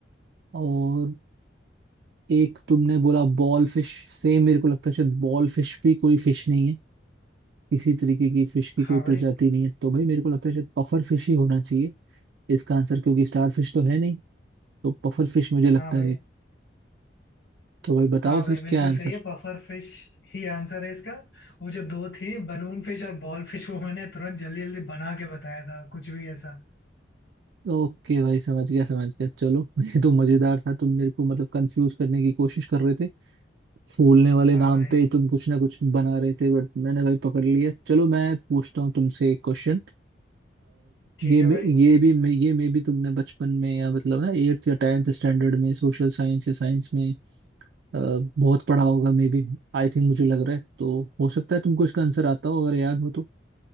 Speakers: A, on the right (about 65°); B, on the left (about 85°).
A: और एक तुमने बोला बॉल फिश सेम मेरे को लगता है शायद बॉल फिश भी कोई फिश नहीं है किसी तरीके की फिश की
B: हाँ
A: कोई
B: भाई
A: प्रजाति नहीं है तो भाई मेरे को लगता है शायद पफर फिश ही होना चाहिए इसका आंसर क्योंकि स्टार फिश तो है नहीं तो पफर फिश मुझे लगता
B: हाँ भाई
A: है भाई तो भाई बताओ
B: हाँ भाई
A: फिर
B: बिल्कुल
A: क्या आंसर
B: सही है पफर फिश ही आंसर है इसका वो जो दो थी बलून फिश और बॉल फिश वो मैंने तुरंत जल्दी जल्दी बना के बताया था कुछ भी ऐसा
A: ओके भाई समझ गया समझ गया चलो <laughs> ये तो मजेदार था तुम मेरे को मतलब कंफ्यूज करने की कोशिश कर रहे थे फूलने वाले
B: हाँ
A: नाम
B: भाई
A: पे ही तुम कुछ ना कुछ बना रहे थे बट मैंने भाई पकड़ लिया चलो मैं पूछता हूँ तुमसे एक क्वेश्चन
B: ठीक
A: ये
B: है
A: मे-
B: भाई
A: ये भी मे- ये मे भी तुमने बचपन में या मतलब ना एट्थ या टेंथ स्टैंडर्ड में सोशल साइंस या साइंस में अ, बहुत पढ़ा होगा मे बी आई थिंक मुझे लग रहा है तो हो सकता है तुमको इसका आंसर आता हो अगर याद हो तो